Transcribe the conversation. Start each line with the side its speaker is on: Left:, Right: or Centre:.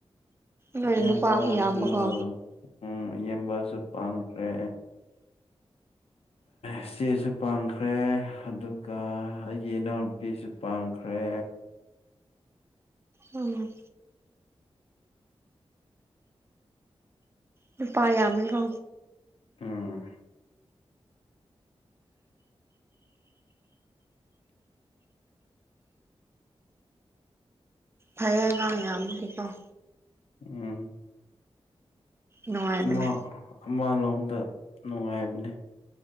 Right: ꯅꯣꯏꯅ
Left: ꯏꯌꯥꯝꯕꯁꯨ
Right: ꯅꯨꯄꯥꯝꯃ ꯌꯥꯝꯕꯀꯣ
Left: ꯎꯝ ꯏꯌꯦꯕꯁꯨ ꯄꯪꯈ꯭ꯔꯦ ꯏꯆꯦꯁꯨ ꯄꯥꯡꯈ꯭ꯔꯦ ꯑꯗꯨꯒ ꯑꯩꯒꯤ ꯏꯅꯥꯎꯅꯨꯄꯤꯁꯨ ꯄꯥꯡꯈ꯭ꯔꯦ
Right: ꯎꯝ ꯅꯨꯄꯥ ꯌꯥꯝꯃꯤꯀꯣ
Left: ꯎꯝ
Right: ꯐꯩꯌꯦꯒ ꯌꯥꯝꯗꯤꯀꯣ
Left: ꯎꯝ
Right: ꯅꯨꯡꯉꯥꯏꯕꯅꯦ
Left: ꯑꯃ ꯑꯃꯂꯣꯝꯗ ꯅꯨꯡꯉꯥꯏꯕꯅꯦ